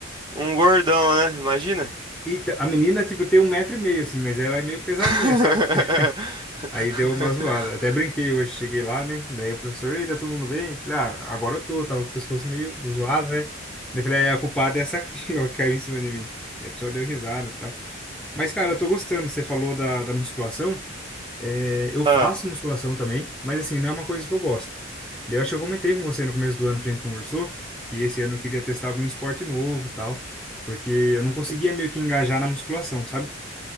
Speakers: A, on the right; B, in the centre.
A: um gordão, né? Imagina.
B: E t- a menina, tipo, tem um metro e meio, assim, mas ela é meio pesadinha,
A: <laughs>
B: sabe? Aí deu uma zoada. Até brinquei hoje, cheguei lá, né? Daí o professor, ei, tá todo mundo bem? Falei, ah, agora eu tô, tava com o pescoço meio zoado, né? Daí eu falei, ah, é, a culpada é essa aqui, <laughs> ó, que caiu em cima de mim. Daí a pessoa deu risada e tal. Mas, cara, eu tô gostando. Você falou da, da musculação. É, eu
A: Ah,
B: faço musculação também, mas assim, não é uma coisa que eu gosto. Daí eu acho que eu comentei com você no começo do ano que a gente conversou, que esse ano eu queria testar algum esporte novo e tal, porque eu não conseguia meio que engajar na musculação, sabe?